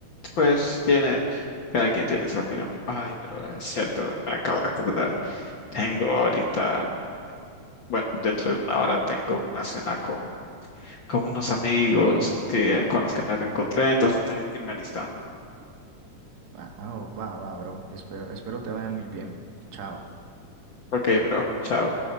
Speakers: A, on the left; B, on the right.
A: pues tiene, cada quien tiene su opinión. Ay, pero es cierto, me acabo de acordar. Tengo ahorita, bueno, dentro de una hora tengo una cena con, con unos amigos que, con los que me reencontré, entonces tengo que irme alistando.
B: Va, ah, oh, va, va, bro. Espero, espero te vaya muy bien, bro. Chao.
A: Ok, bro, chao.